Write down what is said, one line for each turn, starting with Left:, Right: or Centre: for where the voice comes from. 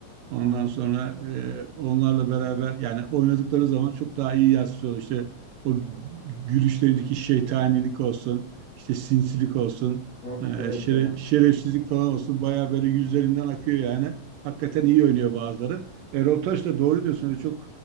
Right: Ondan
Left: Aha.
Right: sonra e, onlarla beraber yani oynadıkları zaman çok daha iyi yansıtıyor. İşte o gülüşlerindeki şeytanilik olsun, işte sinsilik olsun,
Left: Evet
Right: e,
Left: evet
Right: şere-
Left: ya.
Right: şerefsizlik falan olsun bayağı böyle yüzlerinden akıyor yani. Hakikaten iyi oynuyor bazıları. Erol Taş da doğru diyorsun. Öyle Çok